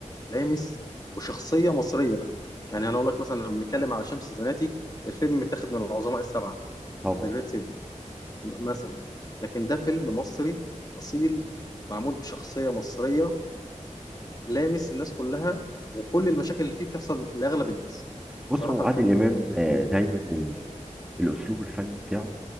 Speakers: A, on the left; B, in the centre.
A: لامس وشخصية مصرية بقى يعني انا اقول لك مثلا لما بنتكلم على شمس الزناتي الفيلم متاخد من العظماء السبعة
B: طبعا
A: ذا جريت سيفن مثلا لكن ده فيلم مصري اصيل معمول بشخصية مصرية لامس الناس كلها وكل المشاكل اللي فيه بتحصل لاغلب الناس
B: بص
A: بصراحة
B: هو عادل
A: الفيلم
B: إمام آه،
A: جميل
B: دايما
A: جدا
B: ال- الأسلوب الفني بتاعه